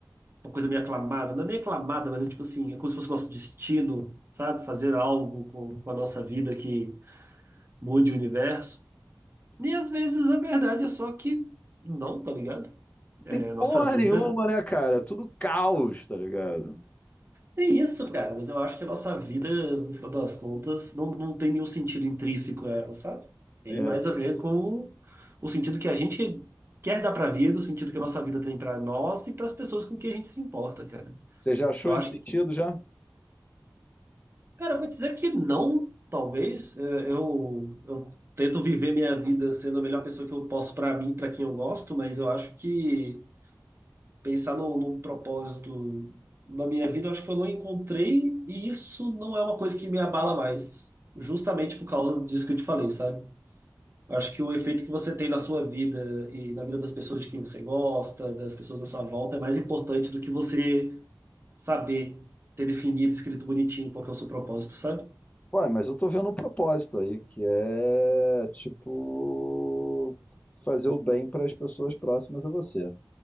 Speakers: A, on the right (about 35°); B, on the left (about 20°).
A: Uma coisa meio aclamada, não é nem aclamada, mas é tipo assim, é como se fosse nosso destino, sabe? Fazer algo com, com a nossa vida que mude o universo. E às vezes a verdade é só que não, tá ligado? É,
B: tem
A: nossa
B: porra
A: vida.
B: nenhuma, né, cara? Tudo caos, tá ligado?
A: É isso, cara, mas eu acho que a nossa vida, no final das contas, não, não tem nenhum sentido intrínseco a ela, sabe? Tem
B: Exato.
A: mais a ver com o sentido que a gente quer dar pra vida, o sentido que a nossa vida tem pra nós e pras pessoas com quem a gente se importa, cara.
B: Você já achou
A: Eu
B: esse
A: acho
B: sentido
A: que,
B: já?
A: cara, eu vou dizer que não, talvez. É, Eu, eu tento viver minha vida sendo a melhor pessoa que eu posso pra mim, pra quem eu gosto, mas eu acho que. Pensar no, no propósito da minha vida, eu acho que eu não encontrei, e isso não é uma coisa que me abala mais, justamente por causa disso que eu te falei, sabe? Eu Acho que o efeito que você tem na sua vida e na vida das pessoas de quem você gosta, das pessoas à sua volta, é mais importante do que você saber ter definido, escrito bonitinho qual que é o seu propósito, sabe?
B: Ué, mas eu tô vendo um propósito aí, que é, tipo, fazer o bem para as pessoas próximas a você.